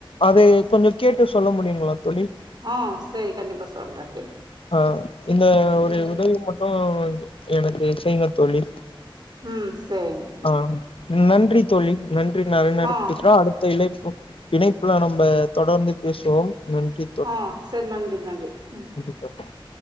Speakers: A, on the left; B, on the right.
A: அதை கொஞ்சம் கேட்டு சொல்ல முடிங்களா தோழி
B: ஆ சரி கண்டிப்பா சொல்றே கேட்டு
A: ஆ இந்த ஒரு
B: ம்
A: உதவி மட்டு எனக்கு செய்ங்க தோழி
B: ம் செரிங்க
A: ஆ நன்றி தோழி நன்றி நறைய நேரோ
B: ஆ
A: பேஸ்லா அடுத் <unintelligible> இணைப்புல நம்ப தொடர்ந்து பேசுவோம் நன்றி
B: ஆ செர் நன்றி நன்றி ம்
A: போ